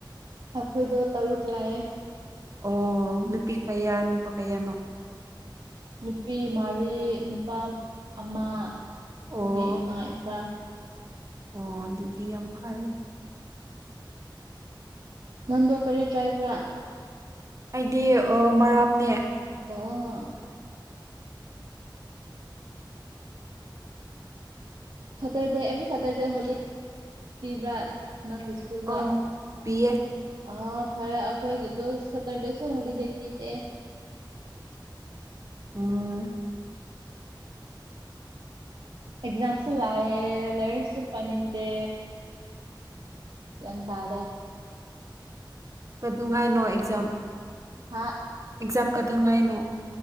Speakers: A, on the right; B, on the right.
A: ꯑꯩꯈꯣꯏꯗ ꯇꯔꯨꯛ ꯂꯥꯛꯑꯦ꯫
B: ꯑꯣ ꯅꯨꯄꯤ ꯀꯌꯥ ꯅꯨꯄꯥ ꯀꯌꯥꯅꯣ
A: ꯅꯨꯄꯤ ꯃꯔꯤ ꯅꯨꯄꯥ ꯑꯃ ꯑꯩꯒꯤ
B: ꯑꯣ
A: ꯏꯃꯥ ꯏꯄꯥ
B: ꯑꯣ ꯑꯗꯨꯗꯤ ꯌꯥꯝ ꯐꯔꯦ꯫
A: ꯅꯪꯗꯣ ꯀꯔꯤ ꯇ꯭ꯔꯥꯏꯕꯔꯥ
B: ꯑꯩꯗꯤ ꯃꯔꯥꯝꯅꯦ꯫
A: ꯑꯣ ꯁꯇꯔꯗꯦ ꯑꯦꯕ꯭ꯔꯤ ꯁꯇꯔꯗꯦ ꯍꯣꯂꯤ ꯄꯤꯕ꯭ꯔꯥ ꯅꯪꯒꯤꯁ ꯀꯩꯕꯥ
B: ꯑꯣ ꯄꯤꯌꯦ
A: ꯑ ꯐꯔꯦ ꯑꯩꯈꯣꯏꯒꯤꯗꯣ ꯁꯦꯇꯔꯗꯦꯁꯨ ꯍꯣꯂꯤꯗꯦ ꯄꯤꯗꯦ꯫
B: ꯎꯝ
A: ꯑꯦꯛꯖꯝꯁ ꯂꯥꯛꯑꯦ ꯂꯥꯌꯔꯤꯛꯁꯨ ꯄꯥꯅꯤꯡꯗꯦ꯫ ꯒꯌ꯭ꯥꯟ ꯇꯥꯗꯦ꯫
B: ꯀꯩꯗꯧꯉꯥꯏꯅꯣ ꯑꯦꯛꯖꯥꯝ
A: ꯍꯥ
B: ꯑꯦꯛꯖꯥꯝ ꯀꯗꯉꯥꯏꯅꯣ